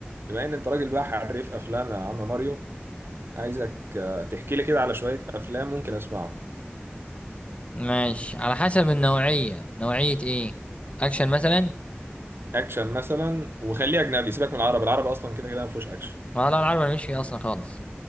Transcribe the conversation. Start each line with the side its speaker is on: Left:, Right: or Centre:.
Right: بما ان انت راجل بقى حريف افلام يا عم ماريو عايزك آه، تحكي لي كده على شويه افلام ممكن اسمعها
Left: ماشي على حسب النوعية نوعية ايه اكشن مثلا
Right: اكشن مثلا وخليه اجنبي سيبك من العربي العربي اصلا كده كده ما فيهوش اكشن
Left: لا لا العربي مش فيه اصلا خالص